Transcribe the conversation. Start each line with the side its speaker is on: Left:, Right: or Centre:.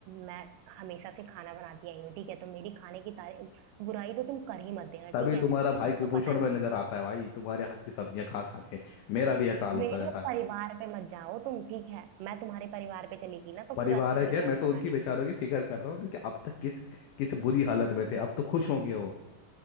Right: मैं हमेशा से खाना बनाती आई हूँ ठीक है तो मेरी खाने की तारीफ बुराई तो तुम कर ही मत देना
Left: तभी
Right: ठीक
Left: तुम्हारा
Right: है
Left: भाई
Right: खुद
Left: कुपोषण
Right: तो पता
Left: में
Right: नहीं
Left: नजर आता है भाई तुम्हारे हाथ की सब्जियां खा खा के मेरा भी ऐसा हाल
Right: मेरे
Left: होता जा रहा है
Right: परिवार पे मत जाओ तुम ठीक है मैं तुम्हारे परिवार पे चली गई ना तो
Left: परिवार
Right: फिर अच्छा
Left: है
Right: नहीं
Left: क्या
Right: होगा
Left: मैं तो
Right: पता
Left: उनकी
Right: नहीं
Left: बेचारों की फिक्र कर रहा हूँ कि अब तक किस किस बुरी हालत में थे अब तो खुश होंगे वो